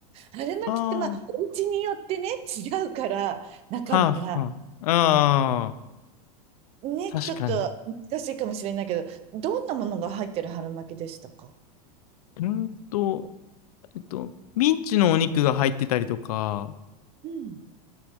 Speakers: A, on the right; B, on the left.
A: 春巻きってまあ、
B: ああ、
A: お家によってね、違うから、中身が。
B: はあ、はあ。あ
A: ね、
B: あ、確かに。
A: ちょっと難しいかもしれないけど、どんなものが入ってる春巻きでしたか
B: うんと、えっと、ミンチのお肉が入ってたりとか、
A: うん。